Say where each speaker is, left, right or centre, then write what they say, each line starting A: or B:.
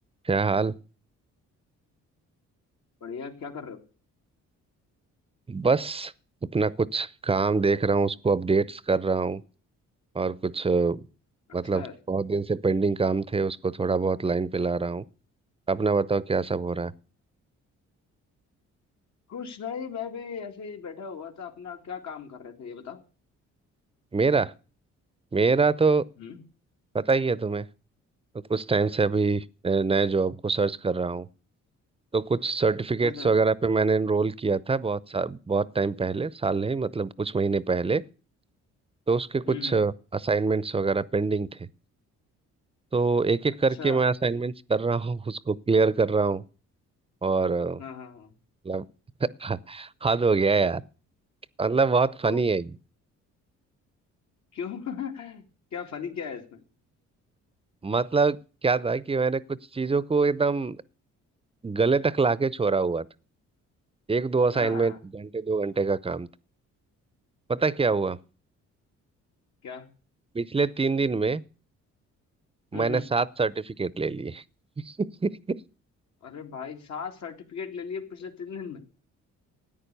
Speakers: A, on the right; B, on the left.
A: क्या हाल
B: बढ़िया क्या कर रहे हो
A: बस अपना कुछ काम देख रहा हूँ उसको अपडेट्स कर रहा हूँ और कुछ अ,
B: अच्छा
A: मतलब बहुत दिन से पेंडिंग काम थे उसको थोड़ा बहुत लाइन पे ला रहा हूँ अपना बताओ क्या सब हो रहा है
B: कुछ नहीं मैं भी ऐसे ही बैठा हुआ था अपना क्या काम कर रहे थे ये बताओ
A: मेरा मेरा तो
B: हम्म
A: पता ही है तुम्हें तो कुछ टाइम से अभी अ, नए जॉब को सर्च कर रहा हूँ तो कुछ सर्टिफिकेट्स
B: अच्छा अच्छा
A: वगैरह पे मैंने एनरोल किया था बहुत सा बहुत टाइम पहले साल नहीं मतलब कुछ महीने पहले तो उसके कुछ
B: हम्म हम्म,
A: असाइनमेंट्स वगैरह पेंडिंग थे तो एक एक
B: अच्छा
A: करके मैं असाइनमेंट्स कर रहा हूँ उसको क्लियर कर रहा हूँ और अ,
B: हाँ हाँ हाँ
A: मतलब <laughs> हद हो गया यार मतलब बहुत फनी
B: तो
A: है ये
B: क्यों <laughs> क्या फनी क्या है इसमें
A: मतलब क्या था कि मैंने कुछ चीज़ों को एकदम गले तक लाके छोड़ा हुआ था एक दो असाइनमेंट
B: हाँ हाँ
A: घंटे दो घंटे का काम था पता क्या हुआ
B: क्या
A: पिछले तीन दिन में
B: हम्म
A: मैंने
B: हम्म
A: सात सर्टिफिकेट ले लिए <laughs>
B: अरे भाई सात सर्टिफिकेट ले लिए पिछले तीन दिन में